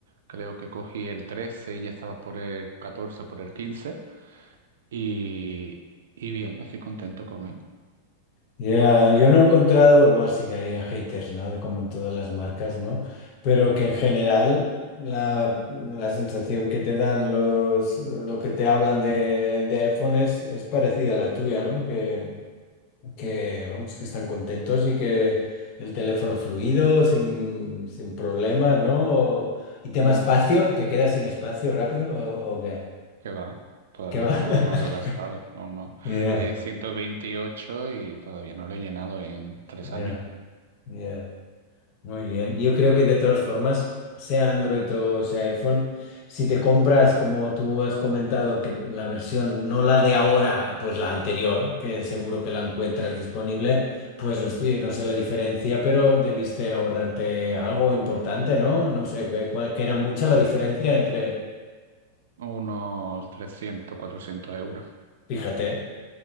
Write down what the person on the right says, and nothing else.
creo que cogí el 13 y ya estaba por el catorce por el quince y, y bien, estoy contento con él.
Mm,
que va, todavía
no,
no lo he gastado, no, no.
Eh, ciento veintiocho y todavía no lo he llenado en tres
años.
Ujú.
Claro,
unos trescientos cuatrocientos euros.